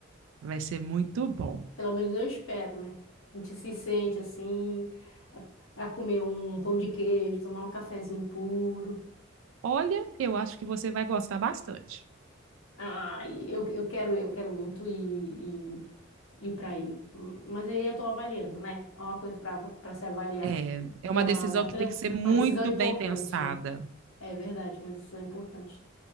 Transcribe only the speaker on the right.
Vai ser muito bom.
Olha, eu acho que você vai gostar bastante.
É, É
uma
decisão
que
tem que ser muito
bem pensada.